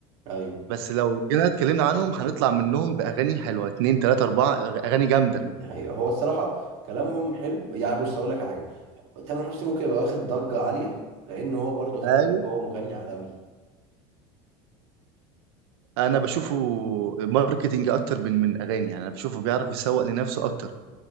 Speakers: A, on the right; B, on the right.
A: ايوه
B: بس لو جينا اتكلمنا عنهم هنطلع منهم باغاني حلوه اتنين تلاته اربعه اغاني جامده
A: دي حقيقة هو الصراحة كلامهم حلو يعني بص هقول لك على حاجة تامر حسني ممكن يبقى واخد ضجة عالية لأن هو برضو خلي
B: ايوه
A: بالك هو مغني عالمي
B: انا بشوفه ماركتينج اكتر من من اغاني يعني انا بشوفه بيعرف يسوق لنفسه اكتر